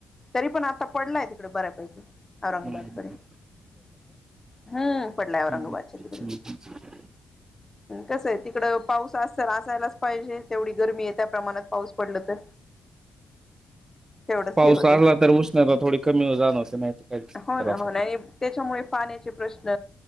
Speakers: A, on the left; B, on the right.
A: तरी पण आता पडलाय बऱ्या पाहिजे औरंगाबाद
B: हम्म
A: प हम्म
B: हम्
A: पडलाय औरंगाबादच्या तिकडे
B: ह्
A: कसं आहे तिकडं पाऊस असल असायलाच पाहिजे तेवढी गरमी आहे त्या प्रमाणात पाऊस पडल तर तेवढच
B: पाऊस
A: हे होत
B: आला तर उष्णता थोडी कमी जाणवते नाही तर काही त्रास
A: हो ना हो
B: होत
A: ना आणि त्याच्यामुळे पाण्याचे प्रश्न